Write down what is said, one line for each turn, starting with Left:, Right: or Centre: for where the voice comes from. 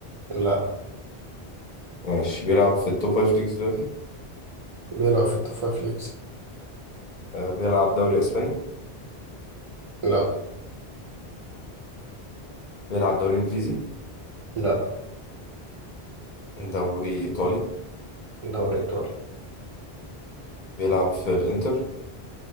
Right: لا
Left: ماشي بيلعب في التوب فايف ليجز دلوقتي
Right: بيلعب في التوب فايف ليجز
Left: آه، بيلعب دوري أسباني
Right: لا
Left: بيلعب دوري إنجليزي
Right: لا
Left: دوري إيطالي
Right: دوري ايطالي
Left: بيلعب في الإنتر